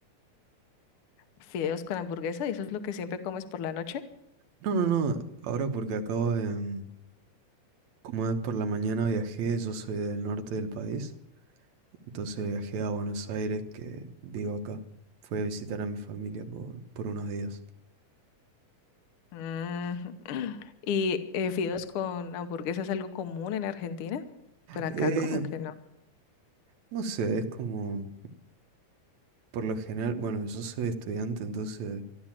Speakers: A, on the left; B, on the right.
A: Fideos con hamburguesa, ¿y eso es lo que siempre comes por la noche?
B: No, no, no, ahora porque acabo de... mm, Como es por la mañana viajé, yo soy del norte del país, entonces viajé a Buenos Aires, que vivo acá. Fui a visitar a mi familia por, por unos días.
A: Mm, <clears throat> ¿Y eh, fideos con hamburguesa es algo común en Argentina? Por acá
B: Eh,
A: como que no.
B: no sé, es como, por lo general, bueno, yo soy estudiante, entonces